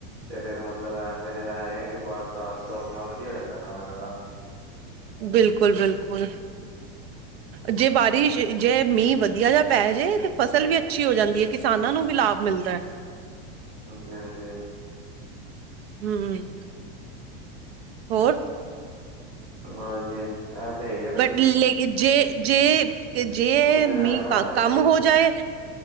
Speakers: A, on the right (about 45°); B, on the right (about 80°).
A: ਤੇ ਫੇਰ ਮਤਲਬ ਐ ਫੇਰ ਏ ਏ ਕਿ ਬਰਸਾਤ ਤੋਂ ਆਪਣਾ ਵਧੀਆ ਹੋ ਜਾਂਦਾ ਕੰਮ ਇਹਨਾਂ ਦਾ
B: ਬਿਲਕੁਲ ਬਿਲਕੁਲ ਜੇ ਬਾਰਿਸ਼ ਜੇ ਮੀਂਹ ਵਧੀਆ ਜਾ ਪੈਜੇ ਤੇ ਫਸਲ ਵੀ ਅੱਛੀ ਹੋ ਜਾਂਦੀ ਐ ਕਿਸਾਨਾਂ ਨੂੰ ਵੀ ਲਾਭ ਮਿਲਦਾ।
A: ਹਾਂਜੀ ਹਾਂਜੀ,
B: ਹੂੰ ਹੋਰ
A: ਬਸ ਜੀ। ਐ ਤੇ ਹੈਈ ਐ।
B: ਬਟ ਲੇਕਿਨ ਜੇ ਜੇ, ਕਿ ਜੇ
A: ਕਿ ਫਿਰ
B: ਮੀਂਹ
A: ਭਾਰਤ
B: ਕਮ
A: ਦੇਸ਼ ਹੈ
B: ਹੋ ਜਾਏ।